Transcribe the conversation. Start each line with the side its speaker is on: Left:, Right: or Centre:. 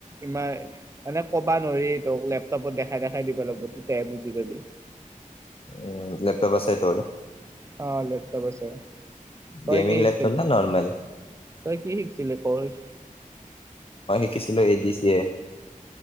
Right: ইমান মানে ক'বা নোৱাৰি ত লেপটপত দেখাই-দেখাই লাগব তেতিয়া হে বুজি পাবি।
Left: উম, লেপটপ আছে টোৰ?
Right: অহ, লেপটপ আছে। তই
Left: গেমিং
Right: কি শিকছিলি?
Left: লেপটপ না নৰ্মেল
Right: তই কি শিকছিলি কৰ্চ ‌?
Left: শিকিছিলোঁ এডি চি এ।